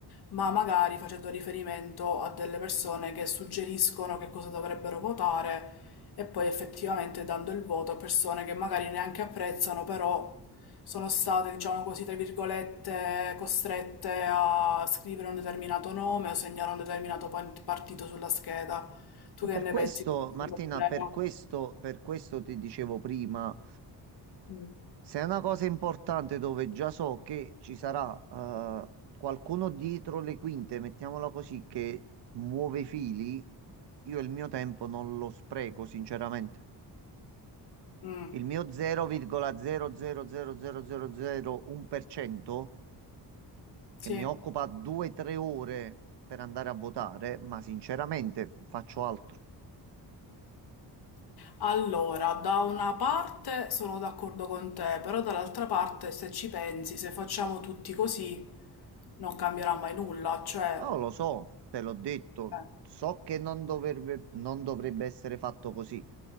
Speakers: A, on the left; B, on the right.
A: ma magari facendo riferimento a delle persone che suggeriscono che cosa dovrebbero votare e poi effettivamente dando il voto a persone che magari neanche apprezzano, però sono state, diciamo così, tra virgolette, costrette a scrivere un determinato nome o segnare un determinato pan- partito sulla scheda. Tu
B: E
A: che
B: Per
A: ne
B: questo,
A: pensi di questo
B: Martina,
A: problema?
B: per questo, per questo ti dicevo prima.
A: Mm.
B: Se è una cosa importante dove già so che ci sarà eh, qualcuno dietro le quinte, mettiamola così, che muove i fili, io il mio tempo non lo spreco, sinceramente.
A: Mm,
B: Il mio 0,0000001%
A: sì.
B: che mi occupa 2-3 ore per andare a votare, ma sinceramente faccio altro.
A: Allora, da una parte sono d'accordo con te, però dall'altra parte, se ci pensi, se facciamo tutti così, non cambierà mai nulla, cioè...
B: No, lo so, te l'ho detto,
A: eh,
B: so che non dovrebbe, non dovrebbe essere fatto così,